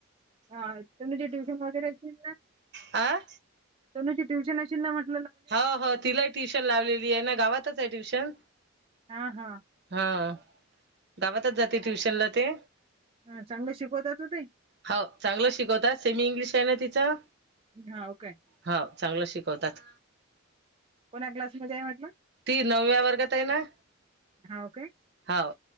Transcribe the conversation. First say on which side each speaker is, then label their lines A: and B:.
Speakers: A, on the right; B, on the right.
A: हां तर म्हणजे ट्युशन वगैरे असशील ना?
B: आं
A: तनुची ट्यूशन अशील ना मग?
B: हाव हाव तिला ट्युशन लावलेली आहे ना गावातच आहे ट्युशन.
A: हा हा
B: हां गावातच जाते ट्युशनला ते.
A: हां चांगले शिकवतात हो ते?
B: हाव चांगलं शिकवतात सेमी इंग्लिश आहे ना तिचं.
A: हाव काय?
B: हाव चांगलंच शिकवतात.
A: कोण्या क्लासमध्ये आहे म्हटलं?
B: ती नवव्या वर्गात आहे ना.
A: हाव काय?
B: हाव